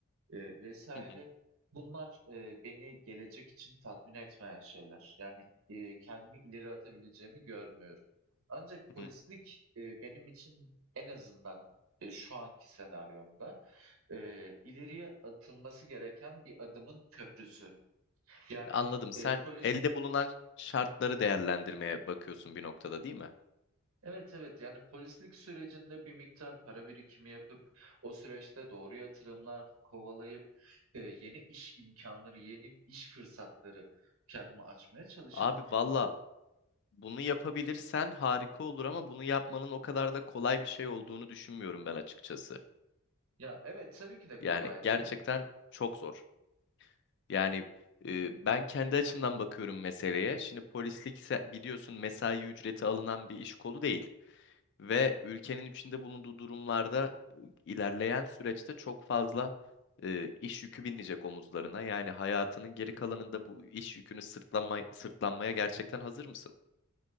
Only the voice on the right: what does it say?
eee, vesaire
bunlar eee, beni gelecek için tatmin etmeyen şeyler. Yani eee, kendimi ileri atabileceğimi görmüyorum. Ancak polislik
eee, benim için en azından eee, şu anki senaryomda eee, ileriye atılması gereken bir adımın köprüsü. Yani,
eee, polis
Evet, evet, yani, polislik sürecinde bir miktar para birikimi yapıp o süreçte doğru yatırımlar kovalayıp, eee, yeni iş imkanları, yeni iş fırsatları kendimi açmaya çalışıp
Ya, evet, tabii ki de
kolay
değil.